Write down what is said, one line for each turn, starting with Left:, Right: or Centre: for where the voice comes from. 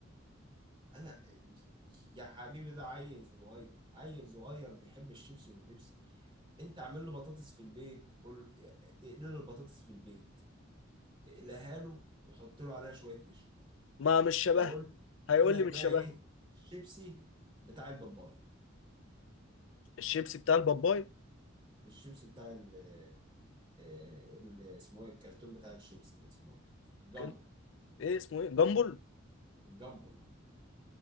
Right: انا يا حبيبي ده عيل صغير عيل صغير بيحب الشيبسي والبيبسي انت اعمل له بطاطس في البيت قول اقلي له البطاطس في البيت اقلها له وحط له عليها شويه نشا
Left: ما مش شبه
Right: وقول له
Left: هيقول
Right: يجي
Left: لي
Right: لك
Left: مش
Right: بقى
Left: شبه
Right: ايه الشيبسي بتاع الباباي
Left: الشيبسي بتاع الباباي
Right: الشيبسي بتاع ال آه، ال- اسمه ايه الكرتون بتاع الشيبسي ده اسمه ايه الجامبل
Left: كان ايه اسمه ايه؟ جامبل
Right: الجامبل اه